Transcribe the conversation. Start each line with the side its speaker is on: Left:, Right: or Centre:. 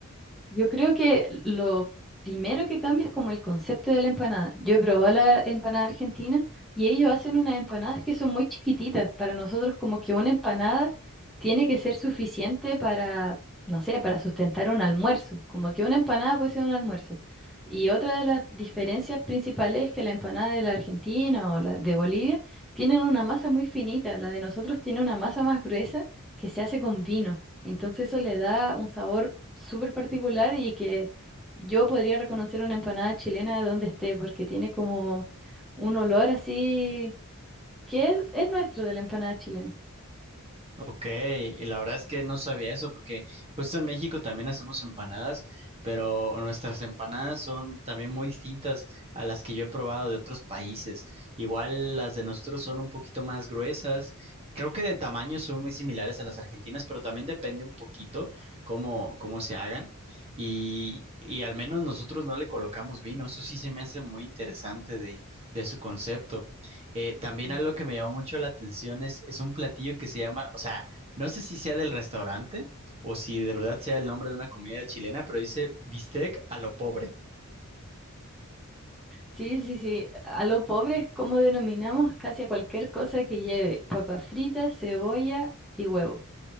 Centre: Yo creo que lo primero que cambia es como el concepto de la empanada. Yo he probado la empanada argentina y ellos hacen unas empanadas que son muy chiquititas. Para nosotros como que una empanada tiene que ser suficiente para, no sé, para sustentar un almuerzo. Como que una empanada puede ser un almuerzo. Y otra de las diferencias principales es que la empanada de la Argentina o la de Bolivia tienen una masa muy finita. La de nosotros tiene una masa más gruesa que se hace con vino. Entonces eso le da un sabor súper particular y que yo podría reconocer una empanada chilena de donde esté, porque tiene como un olor así que es, es nuestro de la empanada chilena.
Right: Ok, y la verdad es que no sabía eso porque justo en México también hacemos empanadas, pero nuestras empanadas son también muy distintas a las que yo he probado de otros países. Igual las de nosotros son un poquito más gruesas. Creo que de tamaño son muy similares a las argentinas, pero también depende un poquito cómo, cómo se hagan. Y, y al menos nosotros no le colocamos vino. Eso sí se me hace muy interesante de, de su concepto. Eh, también
Centre: Ujú.
Right: algo que me llamó mucho la atención es, es un platillo que se llama, o sea, no sé si sea del restaurante o si de verdad sea el nombre de una comida chilena, pero dice bistec a lo pobre.
Centre: Sí, sí, sí. A lo pobre es como denominamos casi a cualquier cosa que lleve papas fritas, cebolla y huevo.